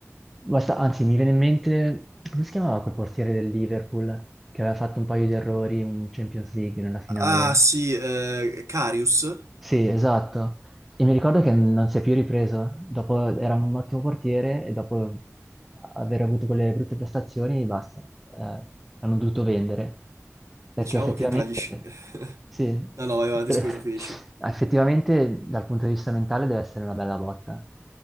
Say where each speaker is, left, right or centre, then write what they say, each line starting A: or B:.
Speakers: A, in the centre; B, on the right.
A: basta- anzi, mi viene in mente, come si chiamava quel portiere del Liverpool che aveva fatto un paio di errori in Champions League nella finale?
B: Ah sì, eh, Karius,
A: Sì, esatto. E mi ricordo che non si è più ripreso. Dopo era un ottimo portiere e dopo aver avuto quelle brutte prestazioni, basta. Eh, hanno dovuto vendere. Perché
B: diciamo
A: effettivamente,
B: che tra gli... sci- <laughs>
A: sì,
B: No, no, vai avanti,
A: per-
B: scusa, finisci.
A: <laughs> effettivamente dal punto di vista mentale deve essere una bella botta.